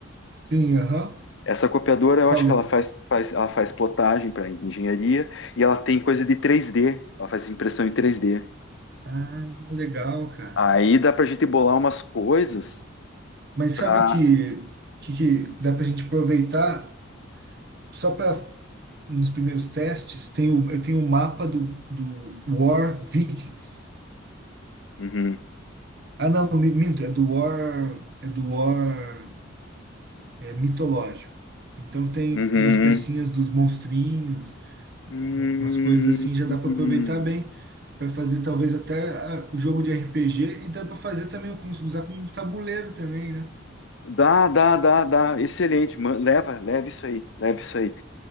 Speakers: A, on the right; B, on the left.
A: Sim, aham,
B: Essa copiadora, eu
A: falou.
B: acho que ela faz, faz, ela faz plotagem para engenharia e ela tem coisa de três d ela faz impressão em três d
A: Ah, legal, cara.
B: Aí dá pra gente bolar umas coisas
A: Mas sabe
B: pra.
A: que, que, que dá pra gente aproveitar só para nos primeiros testes? Tem o, eu tenho um mapa do, do War Vikings.
B: Uhum,
A: Ah, não, mi- minto, é do War, é do War é, mitológico. Então tem
B: uhum,
A: as pecinhas dos monstrinhos,
B: hum,
A: um- umas coisas assim, já dá
B: hum.
A: para aproveitar bem para fazer talvez até a- o jogo de RPG e dá para fazer também com, usar como um tabuleiro também, né?
B: Dá, dá, dá, dá. Excelente. man- Leva, leva isso aí, leva isso aí.